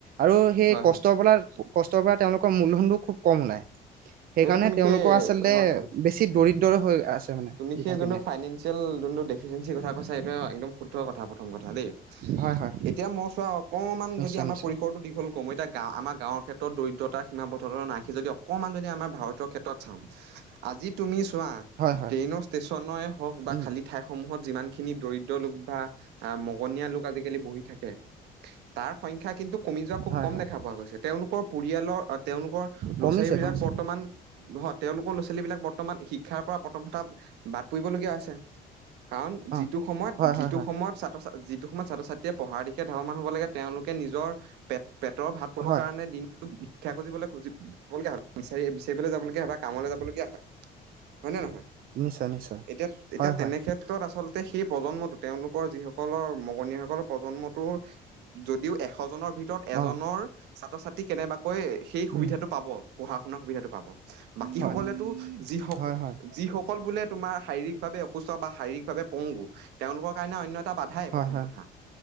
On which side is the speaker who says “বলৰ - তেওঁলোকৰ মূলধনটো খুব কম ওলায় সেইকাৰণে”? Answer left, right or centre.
Right